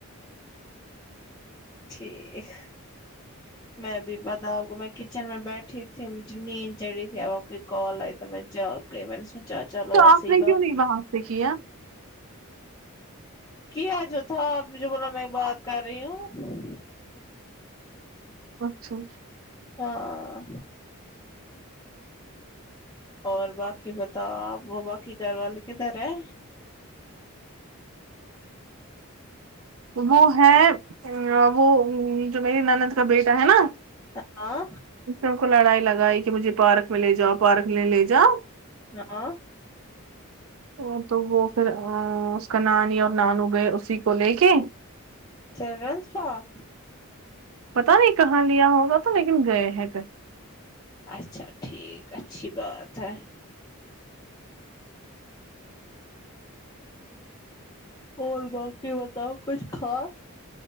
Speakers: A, on the left; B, on the right.
A: ٹھیک میں بھی پتا آپ کو میں کچن میں بیٹھی تھی مجھے نیند چڑھی تھی اب آپ کی کال آئی ت میں جاؤ گ میں نے سوچ چلو
B: تو
A: آپ سی
B: نے
A: بات
B: کیوں نہیں وہاں سے کیا
A: کیا جو تھا آپ نے جو بولا میں بات کر رہی ہوں
B: اچھا
A: ہاں اور باقی بتاؤ آپ وہ باقی گھر والے کدھر ہے
B: وہ ہے ا وہ جو میری نند کا بیٹا ہے نا
A: ے اں
B: سب کو لڑائی لگائی کہ مجھے پارک میں لے جاؤ پارک میں لے جاؤ
A: نہ اں
B: وہ تو وہ پھر ا اس کا نانی اور نانو گئے اسی کو لے کے کے
A: چلڈرنس پارک
B: پتا نہیں کہاں لیا ہوگا تو لیکن گئے ہیں کہیں
A: اچھا ٹھیک اچھی بات ہے اور باقی بتاؤ کچھ کھا